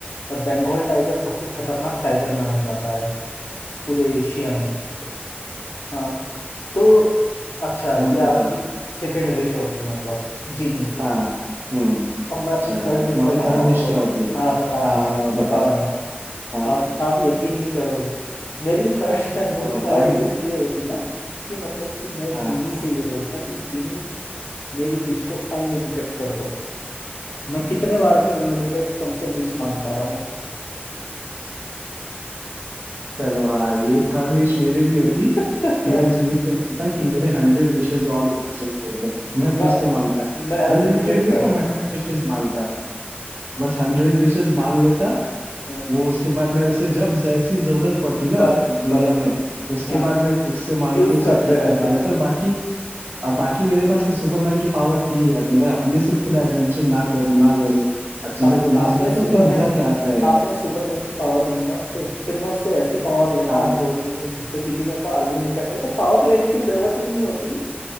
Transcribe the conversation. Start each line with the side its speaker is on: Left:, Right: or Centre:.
Left: और बंगाल टाइगर सबसे खतरनाक टाइगर माना जाता है पूरे एशिया में
Right: सोचो
Left: हाँ तो अच्छा
Right: वो
Left: ये आपकी
Right: तो था
Left: सेकंड विश होती मतलब जीनी से
Right: हाँ हम्म
Left: अब मैं अपनी
Right: चलो
Left: थर्ड
Right: और
Left: विश
Right: तुम्हारी
Left: बताऊं
Right: थर्ड
Left: आपको
Right: विश क्या होती
Left: हाँ बता
Right: हाँ
Left: रहा हूँ
Right: हाँ बताओ
Left: बता रहा हूँ
Right: हाँ
Left: आप आप यकीन नहीं करोगे मेरी थर्ड <laughs> मेरी
Right: हाँ बताओ
Left: थर्ड
Right: ना
Left: विश ये होती ना कि मतलब कि मैं
Right: हाँ,
Left: जिनी से ये बोलता कि जिनी मेरी विश को अनलिमिटेड कर दो मैं कितने बार भी अनलिमिटेड तुमसे विश मांगता रहा हूँ
Right: चलो हाँ ये थर्ड विश मेरे भी होती
Left: <laughs>
Right: कि मैं जीनी से बोलता कि मेरे हंड्रेड विशेस और एक्सटेंड कर दो मैं
Left: मैं
Right: कुछ तो मांगता
Left: मैं अनलिमिटेड
Right: अनलिमिटेड
Left: कर
Right: नहीं पर
Left: देता
Right: हंड्रेड विशेस मांगता बस हंड्रेड विशेस मांग लेता
Left: हाँ,
Right: वो उसके बाद मैं उसे जब जैसी जरूरत पड़ती ना
Left: बस
Right: दुनिया
Left: बस
Right: में उसके
Left: हाँ
Right: बाद मैं उससे मांग
Left: यूज
Right: के उसे
Left: करते
Right: ठीक
Left: रहता
Right: करते रहता और बाकी और बाकी मेरे पास तो सुपरमैन की पावर थी यार तो मैं अपने से खुद एडवेंचर ना करूँ ना लड़ू और चीजों
Left: बाकी
Right: को
Left: आपने
Right: ना सुधार
Left: सुपरमैन
Right: तो फिर मजा क्या
Left: की
Right: आता है
Left: आपने
Right: यार
Left: सुपरमैन की पावर ली ना उससे फिर मैं उससे ऐसी पावर लेता
Right: हाँ?
Left: आप सोच भी नहीं सकते क्योंकि मेरे पास अनलिमिटेड मेरे को पावर लेने की जरूरत ही नहीं होती